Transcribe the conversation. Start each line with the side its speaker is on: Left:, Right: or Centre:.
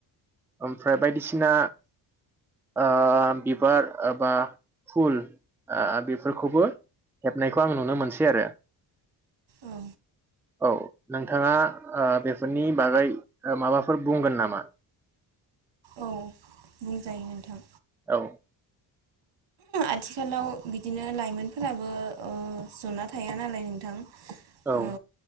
Centre: ओमफ्राय बायदिसिना ओ बिबार बा फुल बेफोरखौबो हेबनायखौ आं नुनो मोनसै आरो।
Right: औ
Centre: औ नोंथाङा ओ बेफोरनि बागै माबाफोर बुंगोन नामा?
Right: औ बुंजायो नोंथां
Centre: औ
Right: आथिखालाव बिदिनो लाइमोनफोराबो ओ जना थाया नालाय नोंथां
Centre: औ
Right: ओ